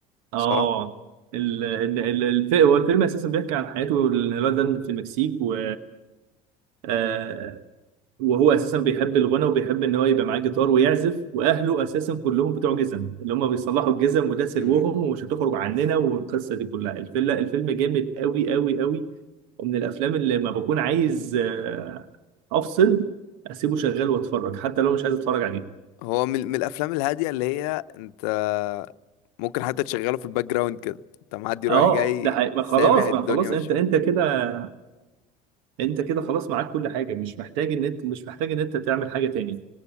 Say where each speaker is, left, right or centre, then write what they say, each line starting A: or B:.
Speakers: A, on the right (about 80°); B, on the left (about 80°).
A: اه
B: صح
A: ال ال ال الف- هو الفيلم اساسا بيحكي عن حياته الولد ده في المكسيك و آه، وهو اساسا بيحب الغنى وبيحب ان هو يبقى معاه جيتار ويعزف واهله اساسا كلهم بتوع جزم اللي هم بيصلحوا الجزم وده سلوهم
B: امم
A: ومش هتخرج عننا والقصه دي كلها الفيلم الفيلم جامد قوي قوي قوي ومن الافلام اللي ما بكون عايز آه، افصل اسيبه شغال واتفرج حتى لو مش عايز اتفرج عليه
B: هو من, من الافلام الهاديه اللي هي انت ممكن حتى تشغله في الباك جراوند كده انت معدي رايح
A: اه
B: جاي
A: ده حقيقي. ما
B: سامع
A: خلاص
B: الدنيا
A: ما خلاص
B: ماشيه
A: انت انت كده انت كده خلاص معاك كل حاجه مش محتاج ان انت مش محتاج ان انت تعمل حاجه تاني